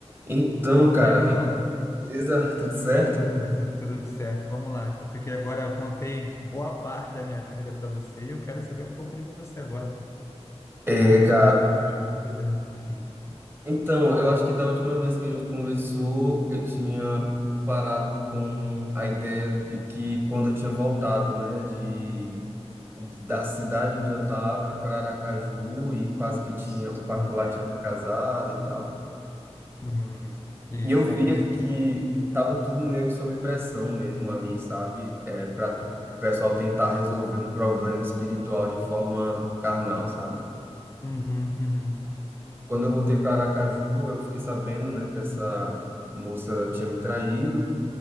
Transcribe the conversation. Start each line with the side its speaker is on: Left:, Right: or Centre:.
Right: Então, cara,
Left: E aí, meu mano?
Right: beleza? Tudo certo?
Left: Beleza, tudo certo? Vamos lá. Eu fiquei agora, eu contei boa parte da minha vida para você e eu quero saber um pouco de você agora, pô. um
Right: É,
Left: pouco do
Right: cara.
Left: teu testemunho de vida, enfim.
Right: Então, eu acho que da última vez que a gente conversou, eu tinha parado com a ideia de que quando eu tinha voltado, né, de da cidade onde eu estava para Aracaju e quase que eu tinha
Left: Sim.
Right: o particular tinha me casado e tal.
Left: Uhum, uhum. Isso.
Right: E eu via que tava tudo meio que sob pressão mesmo ali, sabe? É, para o pessoal tentar resolver um problema espiritual de forma carnal, sabe?
Left: Uhum, uhum.
Right: Quando eu voltei para Aracaju, eu fiquei sabendo, né, que essa moça tinha me traído.